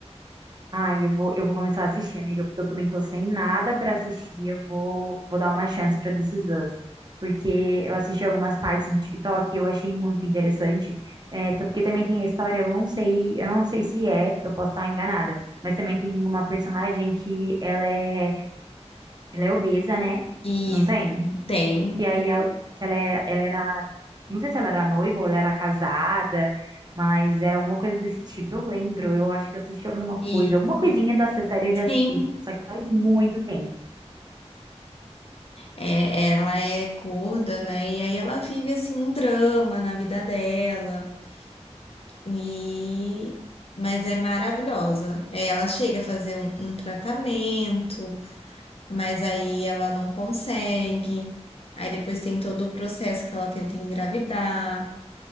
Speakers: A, on the right (about 35°); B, on the left (about 55°).
A: Ai, eu vou, eu vou começar a assistir, amiga, porque eu também tô sem nada pra assistir. Eu vou, vou dar uma chance pra This Is Us. Porque eu assisti algumas partes no TikTok e eu achei muito interessante. É, tá- porque também tem a história, eu não sei, eu não sei se é, eu posso estar enganada, mas também tem uma personagem que ela é, ela é obesa, né?
B: Isso,
A: Não tem?
B: tem.
A: que aí ela, que ela era, ela era, não sei se ela era noiva ou ela era casada, mas era alguma coisa desse tipo. Eu lembro, eu acho que eu assisti alguma coisa,
B: Isso.
A: alguma coisinha dessa série eu já assisti,
B: Sim,
A: só que faz muito tempo.
B: é, ela é gorda, né? E aí ela vive assim um drama na vida dela. E mas é maravilhosa. É, ela chega a fazer um, um tratamento, mas aí ela não consegue. Aí depois tem todo o processo que ela tenta engravidar.